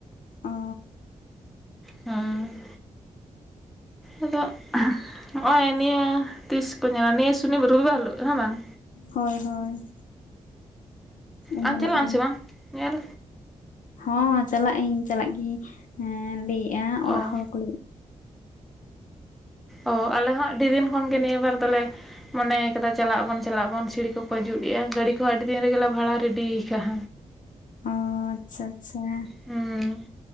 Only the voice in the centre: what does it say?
ᱦᱮᱸ ᱟᱫᱚ ᱱᱚᱜᱼᱚᱭ ᱱᱤᱭᱟᱹ ᱛᱤᱥ ᱠᱚ ᱧᱮᱞᱟ? ᱱᱤᱭᱟᱹ ᱥᱩᱱᱤ ᱨᱚᱵᱤ ᱵᱟᱨ ᱦᱤᱞᱳ ᱦᱮᱸ ᱵᱟᱝ?
ᱟᱢ
ᱪᱟᱞᱟᱜ ᱟᱢ
ᱥᱮ ᱵᱟᱝ ᱧᱮᱞ?
ᱚ
ᱚ ᱟᱞᱮ ᱦᱚᱸᱜ ᱟᱹᱰᱤ ᱫᱤᱱ ᱠᱷᱚᱱᱜᱮ ᱱᱤᱭᱟᱹ ᱵᱟᱨ ᱫᱚᱞᱮᱼᱼ ᱢᱚᱱᱮ ᱠᱟᱫᱟ ᱪᱟᱞᱟᱜ ᱟᱵᱚᱱ ᱪᱟᱞᱟᱜ ᱟᱵᱚᱱ ᱥᱤᱲᱤ ᱠᱚᱠᱚ ᱡᱩᱛ ᱮᱼᱟ ᱜᱟᱹᱲᱤ ᱠᱚᱦᱚᱸ ᱟᱹᱰᱤ ᱫᱤᱱ ᱨᱮᱜᱮ ᱵᱷᱟᱲᱟ ᱨᱮᱰᱤᱭ ᱟᱠᱟᱜ᱾
ᱦᱩᱸ